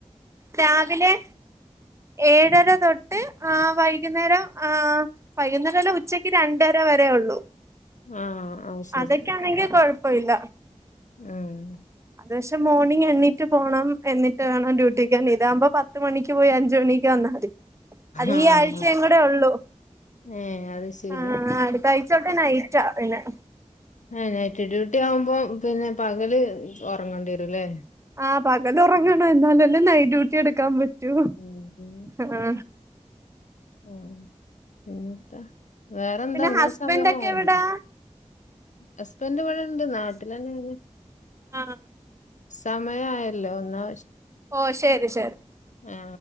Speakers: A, on the right (about 25°); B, on the left (about 85°).
A: രാവിലെ ഏഴര തൊട്ട് ആ വൈകുന്നേരം ആ വൈകുന്നേരംല്ല ഉച്ചക്ക് രണ്ടര വരേ ഒള്ളൂ
B: ആ അത് ശരി
A: അതൊക്കൊയാണെങ്കിൽ കൊഴപ്പ ഇല്ല
B: ഉം
A: അത്ശേ മോർണിംഗ് എണീറ്റു പോണം എന്നിട്ട് വേണം ഡ്യൂട്ടിക്ക് വരാൻ ഇതാകുമ്പോ പത്ത് മണിക്ക് പോയി അഞ്ച് മണിക്ക് വന്നാൽ മതി അത്
B: ആ
A: ഈ ആഴ്ചേയും കൂടെ ഒള്ളൂ
B: ഏ അത് ശരി
A: ആ അടുത്ത ആഴ്ചോട്ട് നൈറ്റാ പിന്നെ
B: ആ നൈറ്റ് ഡ്യൂട്ടി ആവുമ്പോ പിന്നെ പകല് ഒറങ്ങേണ്ടിരുംല്ലേ
A: ആ പകൽ ഉറങ്ങണം എന്നാലല്ലേ നൈറ്റ് ഡ്യൂട്ടി എടുക്കാൻ പറ്റു
B: ഉം ഉം
A: റ്റൂ ആ
B: ആ. പിന്നെത്താ വേറെന്താെ
A: പിന്നെ
B: ന്നാ
A: ഹസ്ബൻഡ്
B: സമയായില്ലേ
A: ഒക്കെ എവിടാ
B: ഹസ്ബൻഡ് ഇവിടെണ്ട് നാട്ടിലെന്നെണ്
A: ആ
B: സമയായല്ലോ എന്നാ
A: ഓ ശെരി ശെരി
B: ആ